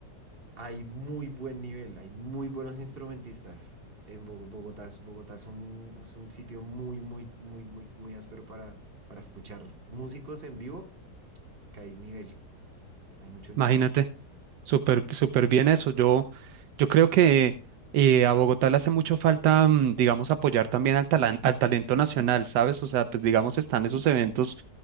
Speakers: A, on the right (about 35°); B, on the right (about 80°).
A: hay muy buen nivel, hay muy buenos instrumentistas. En Bo- Bogotá es, Bogotá es un, es un sitio muy, muy, muy, muy, muy áspero para, para escuchar músicos en vivo. Acá hay nivel, hay mucho nivel.
B: imagínate. Súper, súper bien eso. Yo, yo creo que eh, a Bogotá le hace mucho falta, mm, digamos, apoyar también al, talan- al talento nacional, ¿sabes? O sea, pues digamos, están esos eventos